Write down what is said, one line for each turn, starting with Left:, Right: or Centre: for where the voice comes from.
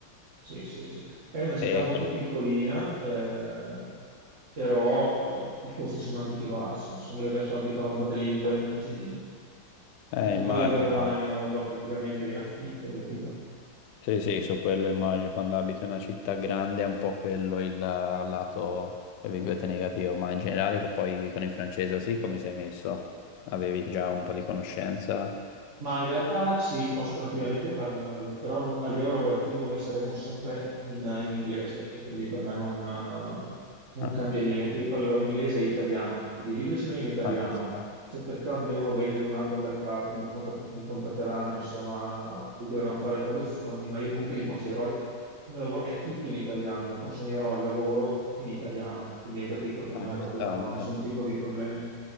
Right: Sì, sì, sì. È una città
Left: E-
Right: molto piccolina, eh, però eh, i costi sono anche più bassi. Insomma, io adesso abito a Madrid, quindi
Left: eh,
Right: tutto
Left: immagino,
Right: quello che guadagno va praticamente in affitto, capito?
Left: Sì, sì, su quello immagino, quando abiti in una città grande è un po' quello il lato, tra virgolette, negativo, ma in generale co- poi con il francese così come sei messo? Avevi già un po' di conoscenza?
Right: Ma in realtà sì, posso tranquillamente parlarlo, però non- a livello lavorativo noi saremo sempre in, in inglese e quindi per me non, eh, non
Left: Ah,
Right: cambia niente. Io parlerò inglese e italiano, perché i libri sono in italiano.
Left: ah, ci sta,
Right: Se per caso devono vendere in un altro mercato, mi, contat- mi contatteranno, insomma, perché dovranno fare le traduzioni, ma io comunque gli consiglierò, il il mio lavoro è tutto in italiano, io consegnerò il lavoro in italiano, quindi hai capito, per me
Left: ah, ci
Right: proprio
Left: sta,
Right: non ho
Left: beh,
Right: nessun tipo di problemi.